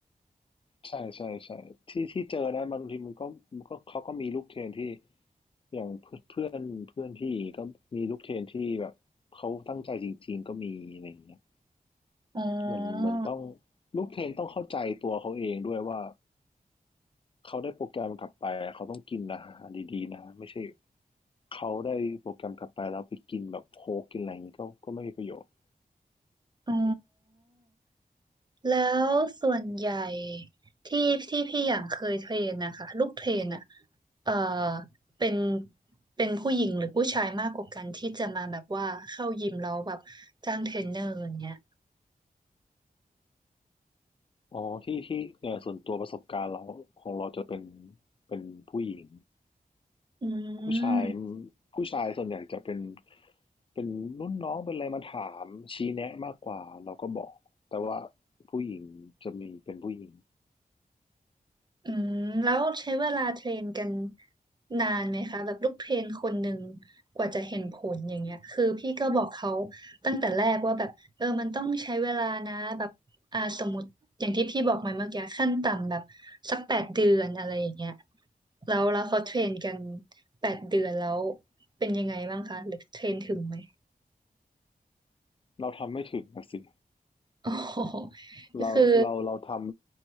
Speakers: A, on the left (about 35°); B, on the right (about 30°).
A: ใช่ใช่ใช่ที่ที่เจอนะบางทีมันก็มันก็เขาก็มีลูกเทรนที่อย่างเพื่อนเพื่อนเพื่อนพี่ก็มีลูกเทรนที่แบบเขาตั้งใจจริงๆก็มีอะไรอย่างเงี้ย
B: อ๋อ
A: เหมือนเหมือนต้องลูกเทรนต้องเข้าใจตัวเขาเองด้วยว่าเขาได้โปรแกรมกลับไปเขาต้องกินอาหารดีๆนะไม่ใช่เขาได้โปรแกรมกลับไปแล้วไปกินแบบโค้กกินอะไรอย่างงี้ก็ก็ไม่มีประโยชน์
B: อ๋อ แล้วส่วนใหญ่ที่ที่พี่อย่างเคยเทรนนะคะลูกเทรนอ่ะเอ่อเป็นเป็นผู้หญิงหรือผู้ชายมากกว่ากันที่จะมาแบบว่าเข้ายิมแล้วแบบจ้างเทรนเนอร์อย่างเงี้ย
A: อ๋อที่ที่เนี่ยส่วนตัวประสบการณ์เราของเราจะเป็นเป็นผู้หญิง
B: อืม
A: ผู้ชายผู้ชายส่วนใหญ่จะเป็นเป็นรุ่นน้องเป็นอะไรมาถามชี้แนะมากกว่าเราก็บอก แต่ว่าผู้หญิงจะมีเป็นผู้หญิง
B: อืมแล้วใช้เวลาเทรนกันนานไหมคะแบบลูกเทรนคนหนึ่งกว่าจะเห็นผลอย่างเงี้ยคือพี่ก็บอกเขาตั้งแต่แรกว่าแบบเออมันต้องใช้เวลานะแบบอ่าสมมติอย่างที่พี่บอกมาเมื่อกี้ขั้นต่ำแบบสักแปดเดือนอะไรอย่างเงี้ยแล้วแล้วเขาเทรนกันแปดเดือนแล้วเป็นยังไงบ้างคะหรือเทรนถึงไหม
A: เราทำไม่ถึงนะสิ
B: โอ๋ <laughs>
A: เราเราเราท
B: อคือ